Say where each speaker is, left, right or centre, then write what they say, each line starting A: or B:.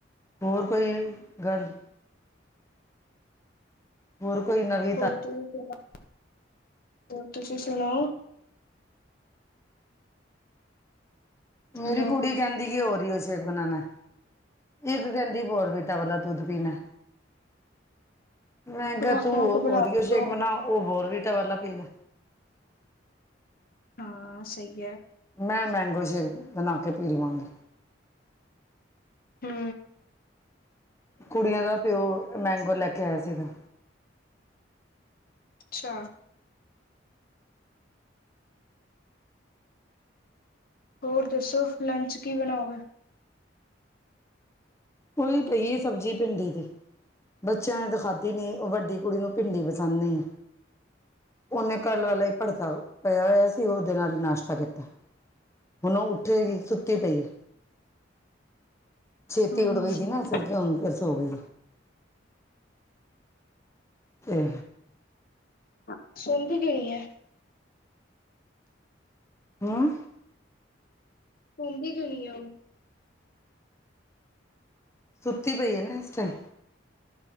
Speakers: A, on the left (about 15°); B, on the left (about 55°).
A: ਹੋਰ, ਕੋਈ ਗੱਲ? ਹੋਰ, ਕੋਈ ਨਵੀ?
B: ਹੋਰ <unintelligible> ਹੋਰ, ਤੂਸੀ ਸੁਣਾਓ?
A: ਮੇਰੀ
B: ਹੈਲੋ
A: ਕੁੜੀ ਕੈਂਦੀ, ਕਿ ਓਰੀਓ ਸ਼ੇਕ ਬਨਾਨੈ, ਇੱਕ ਕੈਂਦੀ ਬੋਰਵੀਟਾ ਵਾਲਾ ਦੁੱਧ ਪੀਨੈ।
B: <inaudible>
A: ਮੈ ਕੈਆ
B: ਵੱਖ
A: ਤੂ
B: ਵੱਖ ਬਣਾ
A: ਓਰੀਓ ਸ਼ੇਕ
B: ਦੋ।
A: ਬਨਾ, ਓ ਬੋਰਵੀਟਾ ਵਾਲਾ ਪੀ ਲੈ।
B: ਹਾਂ, ਸਈ ਐ।
A: ਮੈਂ ਮੈਂਗੋ ਸ਼ੇਕ, ਬਨਾ ਕੇ ਪੀ ਲਵਾਂਗੀ।
B: ਹੂੰ।
A: ਕੁੜੀਆਂ ਦਾ ਪੇਓ, ਮੈਂਗੋ ਲੈ ਕੇ ਆਏਆ ਸੀਗਾ।
B: ਅੱਛਾ। ਹੋਰ ਦੱਸੋ, ਲੰਚ ਕੀ ਬਣਾਓਗੇ?
A: ਓਹੀ ਪਈਏ ਸਬਜ਼ੀ, ਭਿੰਡੀ ਦੀ। ਬੱਚਿਆਂ ਨੇ ਤਾ ਖਾਧੀ ਨੀ, ਉਹ ਵੱਡੀ ਕੁੜੀ ਨੂੰ ਭਿੰਡੀ ਪਸੰਦ ਨਹੀਂ। ਉਹਨੇ ਕਲ ਵਾਲਾ ਹੀ ਭੜਤਾ ਪਿਆ ਹੋਇਆ ਸੀ, ਉਹਦੇ ਨਾਲ ਹੀ ਨਾਸ਼ਤਾ ਕੀਤਾ। ਹੁਨ ਓ ਉੱਠੇਗੀ ਸੁੱਤੀ ਪਈ ਐ। ਛੇਤੀ
B: ਹਮ
A: ਉਠ ਗਈ ਸੀ ਨਾ ਸਵੇਰੇ ਹੁਨ ਫੇਰ ਸੋ ਗੀ ਏ ਤੇ
B: <unintelligible> ਸੋਂਦੀ ਕਿਉਂ ਨੀ ਐ।
A: ਹਾਂ?
B: ਸੋਂਦੀ ਕਿਉਂ ਨੀ ਐ ਓ?
A: ਸੁੱਤੀ ਪਈ ਐ ਨਾ ਇਸ ਟਾਈਮ।